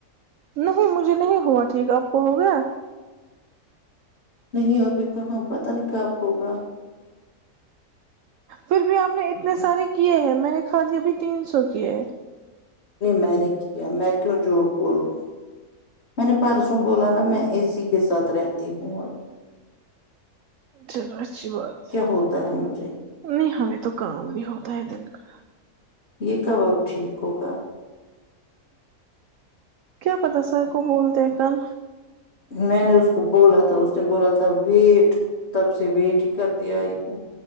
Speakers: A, on the right; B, on the left.
A: نہیں مجھے نہیں ہوا ٹھیک آپ کو ہو گیا
B: نہیں ابھی کہاں پت نہیںکاب ہوگا
A: پھر بھی آپ نے اتنے سارے کیے ہیں میں نے خالی ابھی تین سو کیے ہے
B: میں نے کیا میں کیوں جھوٹ بولوں م میں نے پرسوں بولا نا میں اے س کے ساتھ رہتی ہوں ا
A: چلو اچھی بات
B: ہوتا ہے مجھے
A: نہیں ہمیں تو کام بھی ہوتا ہے دن کا
B: یہ کباب ٹھیک ہوگا
A: کیا پتا سر کو بولتے ہیں کن
B: میں نے اس کو بولا تھا اس نے بولا تھا ویٹ تب سے ویٹ ہی کرتے آئی ہوں